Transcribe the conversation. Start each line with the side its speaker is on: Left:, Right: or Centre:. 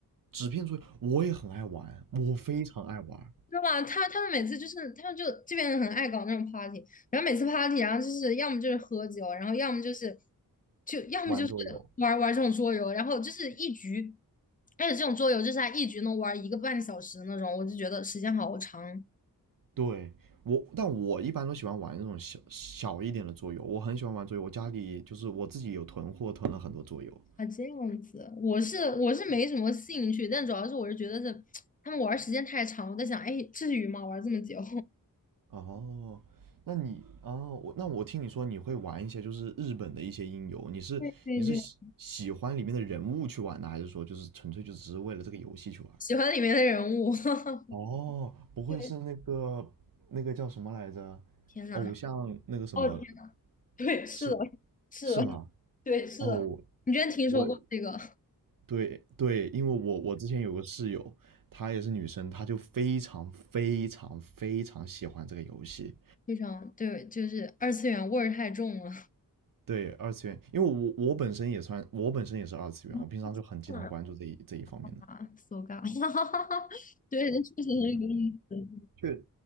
Right: 纸片桌游我也很爱玩，我非常爱玩
Left: 知道吧？他他们每次就是他们就这边人很爱搞那种 party，然后每次 party，然后就是要么就是喝酒，然后要么就是就要么就是玩玩这种桌游，
Right: 玩桌游。
Left: 然后就是一局，而且这种桌游就是他一局能玩一个半小时的那种，我就觉得时间好长
Right: 对，我，但我一般都喜欢玩那种小小一点的桌游，我很喜欢玩桌游，我家里就是我自己有囤货，囤了很多桌游。
Left: 啊，这样子。我是我是没什么兴趣，但主要是我是觉得是 <tsk> 他们玩儿时间太长，我在想，哎，至于吗？玩儿这么久？
Right: 哦，那你哦，我那我听你说你会玩一些就是日本的一些音游，你是你是喜喜欢里面的人物去玩呢，
Left: 对对
Right: 还是说就是纯粹就只是为了这个游戏去玩？
Left: 喜欢里面的人物。<laughs>
Right: 哦，不会是那个那个叫什么来着？
Left: 对，天呐，
Right: 偶像那个什么
Left: 哦天，对，是的，
Right: 是
Left: 是的，
Right: 是吗？
Left: 对，是的。
Right: 哦，
Left: 你之前听说过这个？
Right: 我对对，因为我我之前有个室友，她也是女生，她就非常非常非常喜欢这个游戏。
Left: 非常对，就是二次元味儿太重了。
Right: 对，二次元，因为我我本身也算，我本身也是二次元，
Left: 嗯
Right: 我平常就很经常关注这一这一方面的。
Left: <laughs> 啊，so ga，<laughs> 对，这确实很有意思。
Right: 确